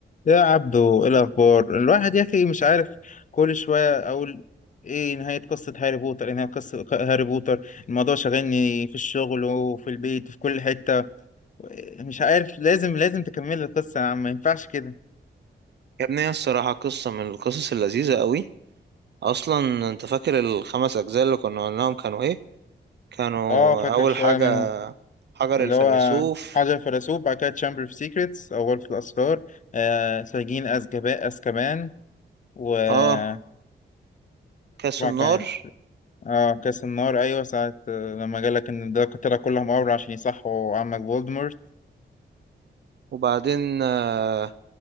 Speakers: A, on the left; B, on the right.
A: يا عبدو ايه الاخبار الواحد يا اخي مش عارف كل شويه اقول ايه نهايه قصه هاري بوتر ايه نهايه قصه هاري بوتر الموضوع شاغلني في الشغل وفي البيت وفي كل حته مش عارف لازم لازم تكمل القصه يا عم ما ينفعش كده
B: يا ابني هي الصراحة قصة من القصص اللذيذة قوي أصلا أنت فاكر الخمس أجزاء اللي كنا قلناهم كانوا إيه؟ كانوا
A: اه فاكر
B: أول
A: شويه
B: حاجة
A: منهم
B: حجر
A: اللي
B: الفيلسوف
A: هو حجر الفيلسوف بعد كده تشامبر اوف سيكريتس او غرفه الاسرار آه سجين أزكبا- azkaban والرابعه
B: آه كاس النار
A: كانت اه كاس النار ايوه ساعة آه، لما جالك ان ده القتلة كلهم امر عشان يصحوا عمك فولدمورت
B: وبعدين آه